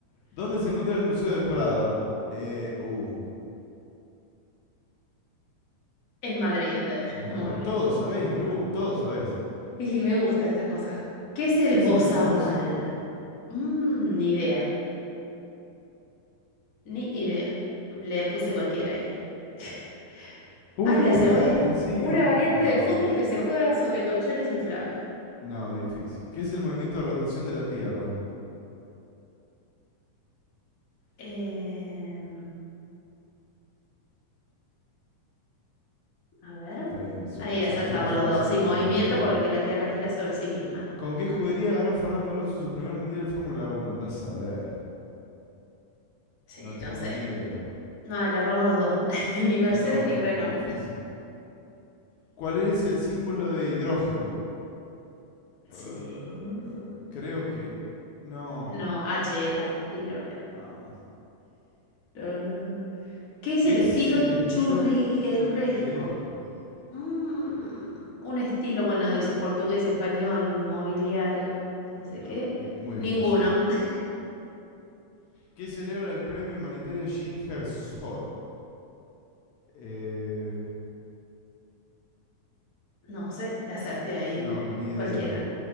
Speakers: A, on the left; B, on the left.
A: ¿Dónde se encuentra el Museo de Prado? Eh, uh.
B: En Madrid,
A: Mirá,
B: muy
A: pero
B: bien.
A: todos sabés, Lu, todos sabés.
B: Y me gustan estas cosas. ¿Qué es el
A: ¿Qué es
B: bozabal?
A: el bozo?
B: Mm, ni idea, ni idea. Le puse cualquiera ahí. <laughs>
A: Uy,
B: Ay,
A: le
B: le acerté.
A: pegaste encima.
B: Una variante
A: No,
B: del fútbol que se juega sobre colchones inflables.
A: no, difícil. ¿Qué es el movimiento de rotación de la Tierra?
B: Em, a ver.
A: Está bien, su-
B: Ahí
A: su-
B: acertamos
A: gira sobre
B: los dos.
A: sí
B: Sí,
A: misma,
B: movimiento
A: sí.
B: porque la Tierra gira sobre sí misma.
A: ¿Con qué escudería ganó Fernando Alonso su primer mundial de Fórmula Uno? Andás a ver.
B: Sí,
A: No tengo
B: no sé.
A: ni idea.
B: No, le erramos los dos. <laughs> Ni Mercedes
A: Renault
B: ni
A: era
B: Renault.
A: difícil. ¿Cuál es el símbolo de hidrógeno?
B: Sí.
A: Eh, creo que. No.
B: No, H era de hidrógeno.
A: Ah,
B: No, no, no. ¿Qué es
A: ¿Qué
B: el
A: es
B: estilo
A: el estilo
B: churrigueresco?
A: churrigueresco?
B: Mm, un estilo, bueno, dice portugués, español, mobiliario, no sé
A: No,
B: qué.
A: ni- muy
B: Ninguno.
A: difícil.
B: <laughs>
A: ¿Qué celebra el premio humanitario Ginger Sol? Eh,
B: No sé, le acerté ahí,
A: no,
B: n-
A: ni idea.
B: cualquiera.